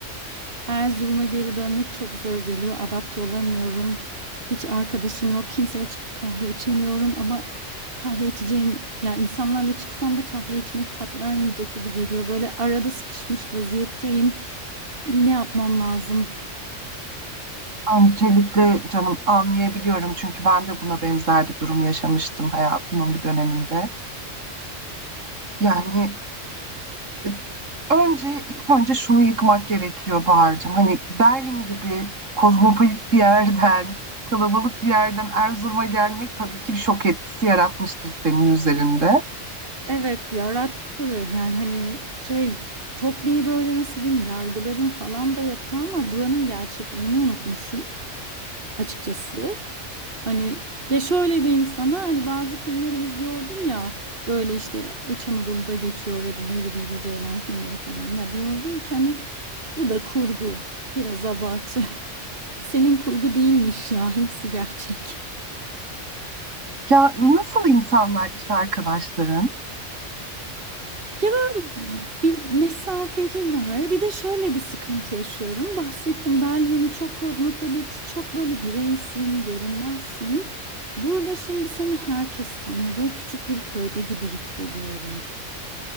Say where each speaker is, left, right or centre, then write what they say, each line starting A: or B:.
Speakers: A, on the right; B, on the right.
A: <laughs> Erzurum'a geri dönmek çok zor geliyor. Adapte olamıyorum. Hiç arkadaşım yok. Kimseye çıkıp kahve içemiyorum ama kahve içeceğim ya insanlarla çıksam da kahve içmek tat vermeyecek gibi geliyor. Böyle arada sıkışmış vaziyetteyim. Ne yapmam lazım?
B: öncelikle canım anlayabiliyorum çünkü ben de buna benzer bir durum yaşamıştım hayatımın bir döneminde. Yani e, Önce ilk önce şunu yıkmak gerekiyor Bahar'cığım. Hani Berlin gibi kozmopolit bir yerden, kalabalık bir yerden Erzurum'a gelmek tabii ki bir şok etkisi yaratmıştır senin üzerinde.
A: Evet yarattı yani hani şey çok bir böyle nasıl diyeyim yargılarım falan da yoktu ama buranın gerçekliğini unutmuşum. açıkçası. Hani ya şöyle diyeyim sana hani bazı filmleri izliyordum ya böyle işte İç Anadolu'da geçiyor ya da Nuri Bilge Ceylan filmleri falan ya diyordum ki hani bu da kurgu biraz abartı. <laughs> Selin kurgu değilmiş ya hepsi gerçek.
B: Ya nasıl insanlar iş arkadaşların?
A: Ya, böyle bir mesafeliler. Bir de şöyle bir sıkıntı yaşıyorum. Bahsettim Berlin, hani, çok kozmopolit, çok böyle bireysin, görünmezsin. Burada şimdi seni herkes tanıyor. Böyle küçük bir köyde gibi hissediyorum.